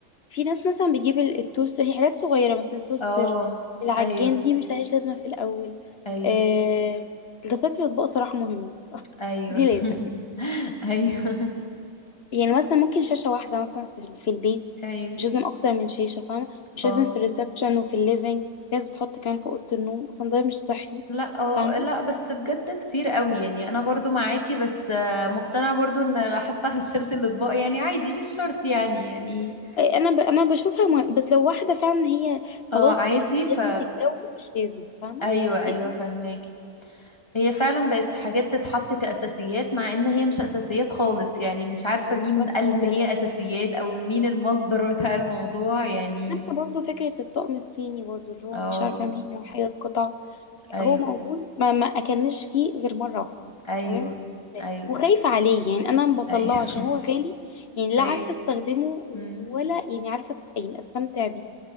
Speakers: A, on the left (about 50°); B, on the left (about 20°).
A: في ناس مثلا بتجيب ال- التوستر هي حاجات صغيرة مثلا توستر
B: اه
A: العجان
B: ايوه
A: دي مش لهاش لازمة في الأول
B: ايوه
A: آه، غسالة الأطباق صراحة مهمة <laughs>
B: ايوه
A: دي لازم
B: <laughs> ايوه
A: يعني مثلا ممكن شاشة واحدة مثلا في في البيت
B: <laughs> ايوه
A: مش لازم أكتر من شاشة فاهمة مش
B: اه
A: لازم في الريسبشن وفي الليفينج في ناس بتحط كمان في أوضة النوم أصلا ده مش صحي
B: لا اه
A: فاهمة
B: لا بس بجد كتير قوي يعني انا برضو معاكي بس آه، مقتنعة برضو ان حتى <laughs> غسلت الاطباق يعني عادي مش شرط يعني يعني
A: إيه، أنا ب... أنا بشوفها مهم. بس لو واحدة فعلا هي خلاص
B: اه عادي ف
A: لازم تتجوز مش لازم فاهمة
B: ايوه ايوه
A: هي دي
B: فهماكي هي فعلا بقت حاجات تتحط كأساسيات مع ان هي مش اساسيات خالص يعني مش عارفة
A: بالظبط
B: مين قال ان
A: كده
B: هي اساسيات او مين المصدر <laughs> بتاع الموضوع يعني
A: نفس برضو فكرة الطقم الصيني برضو اللي هو
B: اه
A: مش عارفة 100 وحاجة قطعة
B: ايوه
A: هو موجود ما, ما أكلناش فيه غير مرة واحدة
B: ايوه
A: تمام
B: ايوه
A: وخايفة عليه يعني أنا ما بطلعه
B: ايوه
A: عشان هو غالي
B: <laughs>
A: يعني لا
B: ايوه
A: عارفة استخدمه
B: امم
A: ولا يعني عارفة يعني استمتع بيه